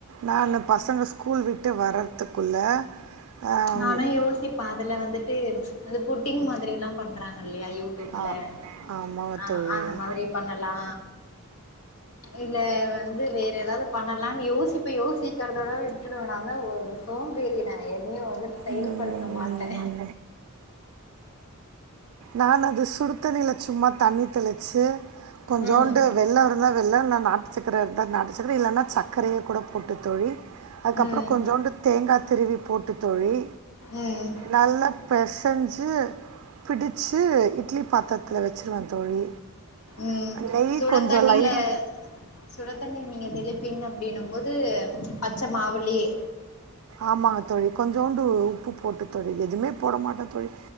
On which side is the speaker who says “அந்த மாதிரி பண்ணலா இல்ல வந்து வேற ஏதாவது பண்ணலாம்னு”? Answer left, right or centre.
Left